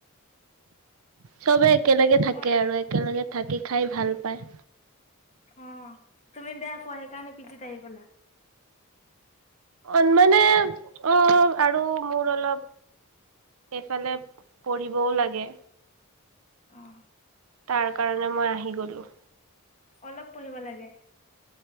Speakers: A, on the right; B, on the left.
A: চবে একেলগে থাকে
B: অ
A: আৰু একেলগে থাকি খাই ভাল পায়।
B: অঁ তুমি বেয়া কোৱা সেইকাৰণে পিজিত আহি গলা।
A: অ মানে অ আৰু মোৰ অলপ এইফালে পঢ়িবও লাগে।
B: উম
A: তাৰ কাৰণে মই আহি গলো।
B: অলপ পঢ়িব লাগে।